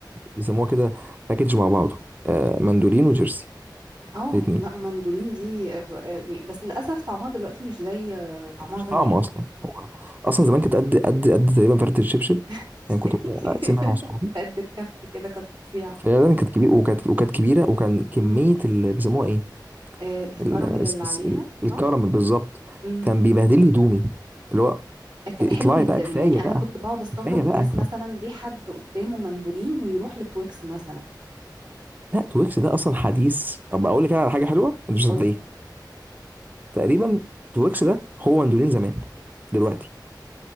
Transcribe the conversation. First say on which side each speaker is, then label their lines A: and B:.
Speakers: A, on the right; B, on the right.
A: بيسموها كده باكج مع بعضه آه، مندولين وجيرسي
B: اه
A: الاثنين
B: لا مندولين دي آه، آه، بس للاسف طعمها دلوقتي مش زي آه، طعمها
A: مفيش
B: زمان
A: طعم اصلا هو اصلا زمان كانت قد قد قد تقريبا فرده الشبشب
B: <laughs>
A: يعني كنت ممكن اقسمها انا واصحابي
B: قد الكف كده كانت فظيعه
A: فعلا كانت كبيره وكانت وكانت كبيره وكان كميه
B: امم
A: اللي بيسموها ايه
B: آه، الكراميل
A: ال- الس-
B: اللي
A: الس-
B: عليها
A: ال- الكراميل
B: صح
A: بالظبط
B: امم
A: كان بيبهدل لي هدومي اللي هو
B: كانت
A: اطلعي
B: حلوه جدا
A: بقى كفايه
B: يعني انا
A: بقى
B: كنت بقعد استغرب
A: كفايه
B: الناس
A: بقى
B: مثلا ليه حد قدامه مندولين ويروح لتويكس مثلا
A: لا تويكس ده اصلا حديث طب اقول لك انا على حاجه حلوه انت مش هتصدقيها
B: قولي
A: تقريبا تويكس ده هو مندولين زمان دلوقتي